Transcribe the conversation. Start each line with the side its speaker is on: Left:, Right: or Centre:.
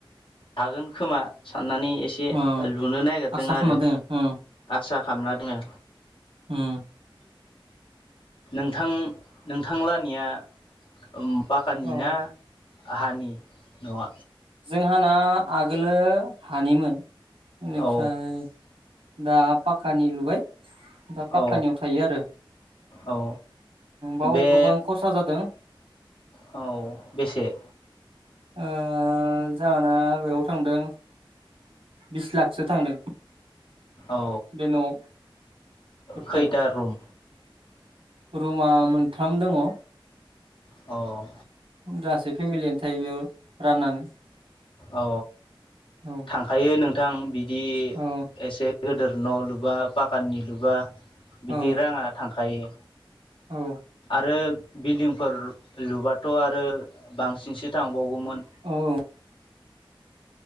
Left: हागोन खोमा साननानै एसे
Right: औ
Left: लुनो नागिरदों
Right: आसा खालामना
Left: आरो
Right: दोन औ
Left: आसा खालामना दोङो।
Right: उम
Left: नोंथां नोंथांलानिया ओम पाकानि
Right: औ
Left: ना हानि न'आ?
Right: जोंहाना आगोलो हानिमोन बेनिफ्राय
Left: औ
Right: दा पाकानि लुबाय दा पाककानियाव
Left: औ
Right: थायो आरो
Left: औ
Right: बाव
Left: बे
Right: गोबां खरसा जादों।
Left: औ बेसे?
Right: ओ जाहोना बेयाव थांदों बिस लाखसो थांदों।
Left: औ
Right: बेे न'आव हटेल
Left: खैथा रुम
Right: रुमा मोनथाम दङ।
Left: औ
Right: गासै फेमिलियानो थायो बेयाव राननानै।
Left: औ
Right: औ
Left: थांखायो नोंथां बिदि
Right: औ
Left: एसे गोदोर न' लुबा ‌ बागाननि लुबा बिदि
Right: औ
Left: राङा थांखायो।
Right: औ।
Left: आरो बिल्दिंफोर लुबाथ' आरो बांसिनसो थां। बावगौमोन।
Right: औ औ